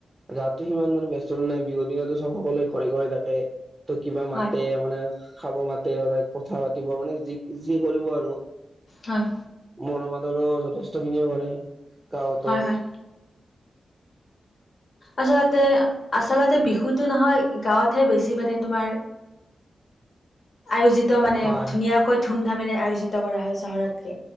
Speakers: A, on the right; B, on the left.
A: ৰাতি সিমান মানে ব্যস্ততা নাই বিহুৰ দিনটো চবে সকলোৱে ঘৰে ঘৰে থাকে। ত' কিবা মাতে
B: হয়,
A: মানে খাব মাতে, ধৰা কথা পাতিব মানে যি যি কৰিব আৰু
B: হয়,
A: মৰম আদৰো যথেষ্ট খিনিয়ে কৰে। গাঁৱ
B: হয়,
A: ত'
B: হয়। আচলতে আচলতে বিহুটো নহয় গাঁৱতহে বেছি মানে তোমাৰ আয়োজিত মানে
A: হয়
B: ধুনীয়াকৈ ধুম ধামেৰে আয়োজিত কৰা হয় চহৰতকে